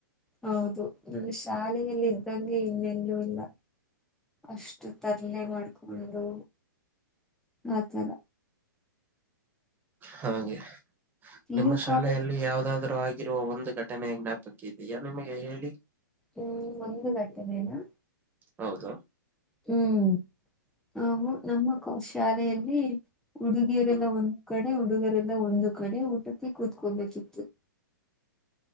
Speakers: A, in the centre; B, on the right.
A: ಹೌದು ನನ್ನ ಶಾಲೆಯೆಯಲ್ಲಿ ಇದ್ದಂಗೆ ಇನ್ನೆಲ್ಲೂ ಇಲ್ಲ ಅಷ್ಟು ತರಲೆ ಮಾಡ್ಕೊಂಡು ಆತರ
B: ಹಾಗೆ
A: ಪಿ
B: ನಿಮ್ಮ
A: ಯು
B: ಶಾಲೆಯಲ್ಲಿ
A: ಕಾಲೇಜ್
B: ಯಾವ್ದಾದ್ರು ಆ ರುವ ಒಂದು ಘಟನೆೆಯ ಜ್ಞಾಪಕ ಇದೆಯಾ ನಿಮಗೆ ಹೇಳಿ
A: ಹ್ಮ್ ಒಂದು ಗಟ್ಟನೇನಾ
B: ಹೌದು
A: ಹ್ಮ್ ನಾವು ನಮ್ಮ ಶಾಲೆಯಲ್ಲಿ ಉಡುಗಿಯರೆಲ್ಲ
B: ಹ್ಮ್
A: ಒಂದ್ ಕಡೆ ಉಡುಗಿಯರೆ ಒಂದು ಕಡೆ ಊಟಕ್ಕೆ ಕೂತ್ಕೋಬೇಕಿತ್ತು